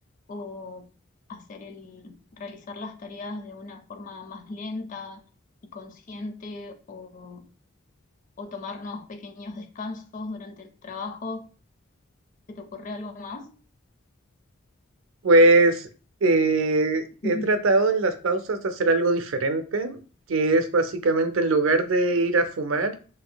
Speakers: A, on the left (about 40°); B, on the right (about 70°).
A: o hacer el, realizar las tareas de una forma más lenta y consciente o, o tomarnos pequeños descansos durante el trabajo. ¿Se te ocurre algo más?
B: Pues eh, he
A: Me
B: tratado en las pausas de hacer algo diferente, que es básicamente en lugar de ir a fumar,